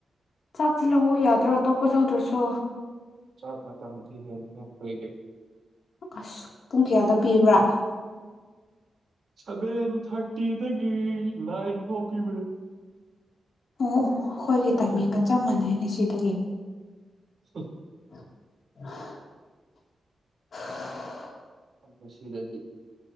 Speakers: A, on the left; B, on the right.
A: ꯆꯥꯛꯇꯤ ꯂꯧꯎ ꯌꯥꯗ꯭ꯔꯣ ꯑꯇꯣꯞꯄ ꯂꯧꯗ꯭ꯔꯁꯨ
B: ꯆꯥꯛ ꯃꯇꯝꯗꯤ ꯍꯦꯟꯈ꯭ꯔꯦ ꯑꯈꯣꯏꯒꯤ
A: ꯑꯁ ꯄꯨꯡ ꯀꯌꯥꯗ ꯄꯤꯕ꯭ꯔꯥ
B: ꯁꯚꯦꯟ ꯊꯥꯔꯇꯤꯗꯒꯤ ꯅꯥꯏꯟ ꯐꯥꯎ ꯄꯤꯕꯅꯦ
A: ꯑꯣ ꯑꯩꯈꯣꯏꯒꯤ
B: ꯎꯝ
A: ꯇꯥꯏꯃꯤꯡꯒ ꯆꯞ ꯃꯥꯟꯅꯩꯅꯦ ꯁꯤꯗꯒꯤ
B: ꯍ <unintelligible>
A: <unintelligible>
B: ꯑꯣ ꯁꯤꯗꯗꯤ